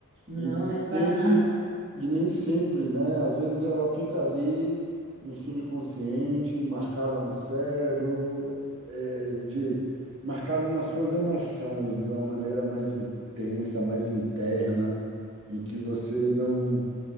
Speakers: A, on the right; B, on the right.
A: Não,
B: E
A: repara
B: sempre,
A: nada.
B: e nem sempre, né? Às vezes ela fica ali no subconsciente, marcada no cérebro, é, de, marcada nas suas emoções de uma maneira mais intensa, mais interna, e que você não